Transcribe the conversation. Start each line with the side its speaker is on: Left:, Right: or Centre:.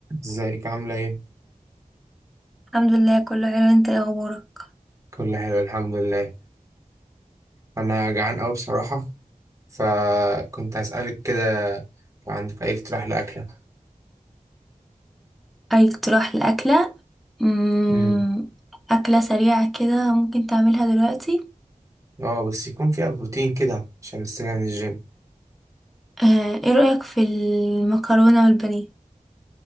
Right: ازيك عاملة ايه؟
Centre: الحمد لله كله حلو انت ايه اخبارك
Right: كله حلو الحمد لله انا جعان اوي بصراحة فكنت هسألك كده لو عندك اي اقتراح لأكلة
Centre: اي اقتراح لاكله مم،
Right: امم
Centre: اكله سريعه كده ممكن تعملها دلوقتي
Right: اه بس يكون فيها بروتين كده عشان لسه جاي من الجيم
Centre: آه، ايه رايك في المكرونه والبانيه